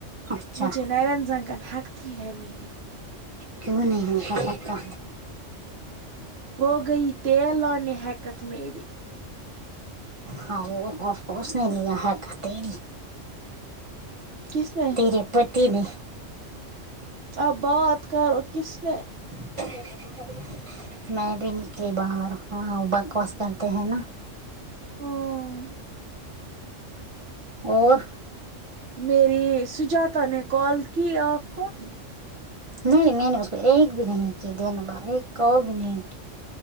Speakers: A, on the right; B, on the right.
A: اچھا
B: مجھے نرین زنگ ن ہیک تھی ہے نہیں
A: کیوں نہیں ہوتا
B: وہ گی تیل لانے ہیکت میری
A: ہاں وہ افس نے لی ا ہے کہ ت ہی
B: کس نے
A: تیرے پتی نے
B: آ بات کرو کس نے
A: ج بہت میں بھی نکلی باہر ہاں بکواس کرتے ہیں نا
B: ہاں
A: اور
B: میری سجاتا نے کال کی آپ کو
A: نہیں میں نے اس کو ایک بھی نہیں کی دن بر ایک کال بھی نہیں کی